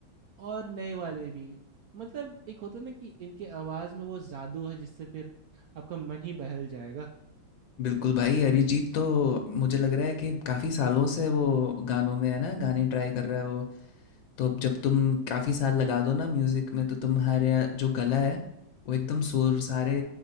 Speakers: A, on the right; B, on the left.
A: और नए वाले भी मतलब एक होता ना कि इनके आवाज में वो जादू है जिससे फिर आपका मन ही बहल जाएगा
B: बिल्कुल भाई अरिजीत तो मुझे लग रहा है कि काफ़ी सालों से वो गानों में है ना गाने ट्राई कर रहा है वो तो जब तुम काफ़ी साल लगा दो ना म्यूज़िक में तो तुम्हारे या- जो गला है वो एकदम सुर सारे